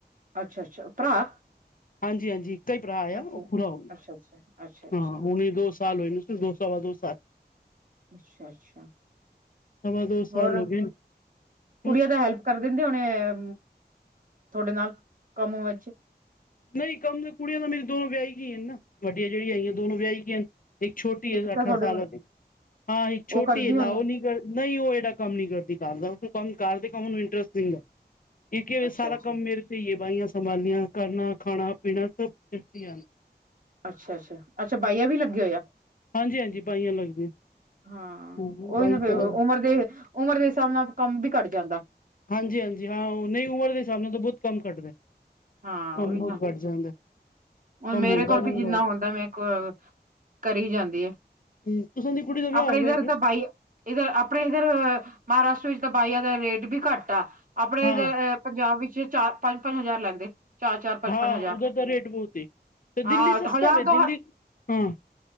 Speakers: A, on the right; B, on the left.
A: ਅੱਛਾ ਅੱਛਾ ਭਰਾ
B: ਹਾਂਜੀ-ਹਾਂਜੀ, ਇੱਕ ਹੀ ਭਰਾ ਆਆ
A: ਅੱਛਾ
B: ਉਹ ਪੂਰਾ ਹੋ ਗਿਆ
A: ਅੱਛਾ ਅੱਛਾ ਅੱਛਾ ਅੱਛਾ
B: ਹਾਂ, ਹੁਣੇ ਦੋ ਸਾਲ ਹੋਏ ਨੂੰ ਦੋਸਾ ਵ ਦੋ ਸ
A: ਅੱਛਾ-ਅੱਛਾ,
B: ਸਵਾ ਦੋ ਸਾਲ
A: ਹੋਰ
B: ਹੋ ਗਏ
A: ਕੁੜੀਆਂ
B: ਬਸ
A: ਦਾ ਹੈਲਪ ਕਰ ਦਿੰਦੇ ਹਣੇ, ਥੋਡੇ ਨਾਲ ਕੰਮ ਵਿੱਚ
B: ਨਹੀਂ ਕੰਮ ਕੁੜੀਆਂ ਤਾਂ ਮੇਰੀ ਦੋਨੋ ਵਿਆਹੀ ਗਈ, ਨਾ ਵੱਡੀਆਂ ਜਿਹੜੀਆਂ ਆਈਆਂ ਦੋਨੋ ਵਿਆਹੀ ਗੀਆਂ। ਇੱਕ ਛੋਟੀ ਹੈ
A: ਤਾਂ
B: ਅਠਾਰਾਂ
A: ਤੁਹਾਡੇ
B: ਸਾਲਾਂ
A: ਕੋਲ
B: ਦੀ, ਹਾਂ ਇੱਕ ਛੋਟੀ
A: ਉਹ ਕਰਦੀ
B: ਲਾ
A: ਹੋਣੀ
B: ਉਹ ਨੀ ਕਰ ਨਹੀਂ ਉਹ ਡਾ ਕੰਮ ਨੀ ਕਰਦੀ ਕਰ ਦਾ ਉਹ ਕੰਮ ਕਰਦੇ ਕੰਮ ਨੂੰ ਇੰਟਰਸਟ ਦਿੰਦਾ ਕਿ,
A: ਅੱਛਾ
B: ਸਾਰਾ
A: ਅੱਛਾ
B: ਕੰਮ ਮੇਰੇ ਤੇ ਹੀ ਹੈ ਬਾਈਆਂ ਸੰਭਾਲਿਆ ਕਰਨਾ ਖਾਣਾ ਪੀਣਾ ਸਭ ਫਿਰਤੀ
A: ਅੱਛਾ-ਅੱਛਾ-ਅੱਛਾ, ਬਾਹੀਆਂ ਵੀ ਲੱਗੇ ਹੋਇਆ।
B: ਹਾਂਜੀ ਹਾਂਜੀ ਬਾਈਆਂ ਲੱਗਦੀਆਂ
A: ਹਾਂ
B: ਹੂੰ
A: ਉਹੀ
B: ਬਾਈ
A: ਨਾ ਫੇਰ
B: ਤਾਂ ਲੱਗ
A: ਉਮਰ ਦੇ ਉਮਰ ਦੇ ਹਿਸਾਬ ਨਾਲ ਕੰਮ ਵੀ ਘੱਟ ਜਾਂਦਾ।
B: ਹਾਂਜੀ-ਹਾਂਜੀ, ਹਾਂ ਨਹੀਂ ਉਮਰ ਦੇ ਹਿਸਾਬ ਨਾਲ ਬਹੁਤ ਕੰਮ ਘੱਟਦਾ
A: ਹਾਂ
B: ਕੰਮ
A: ਉਹੀ
B: ਬਹੁਤ
A: ਨਾ
B: ਘੱਟ ਜਾਂਦਾ।
A: ਹੁਣ
B: ਕੰਮ
A: ਮੇਰੇ
B: ਹੁੰਦਾ
A: ਕੋਲ
B: ਨੀ
A: ਵੀ
B: ਹੈਗਾ
A: ਜਿੰਨਾ ਹੁੰਦਾ ਮੈਂ ਕੋ ਕਰੀ ਜਾਂਦੀ ਹੈ,
B: ਹੂੰ ਤੁਸਾਂ ਦੀ ਕੁੜੀ ਦਾ ਵਿਆਹ
A: ਆਪਣੇ
B: ਹੋ
A: ਇੱਧਰ
B: ਗਿਆ ਕਿ
A: ਤਾਂ ਬਾਈ ਇੱਧਰ ਆਪਣੇ ਇੱਧਰ ਮਹਾਰਾਸ਼ਟਰ ਵਿੱਚ ਤਾਂ ਬਾਈਆਂ ਦਾ ਰੇਟ ਵੀ ਘੱਟ ਆ, ਆਪਣੇ
B: ਹਾਂ
A: ਇਧਰ ਪੰਜਾਬ ਵਿੱਚ ਚਾਰ ਪੰਜ-ਪੰਜ ਹਜ਼ਾਰ ਲੈਂਦੇ। ਚਾਰ-ਚਾਰ ਪੰਜ-ਪੰਜ,
B: ਹਾਂ
A: ਹਜ਼ਾਰ
B: ਉਧਰ ਤਾਂ ਰੇਟ ਬਹੁਤ ਏ ਤੇ
A: ਹਾਂ
B: ਦਿੱਲੀ ਸਸਤਾ
A: ਹਜ਼ਾਰ
B: ਵੇ
A: ਦੋ
B: ਦਿੱਲੀ ਹਾਂ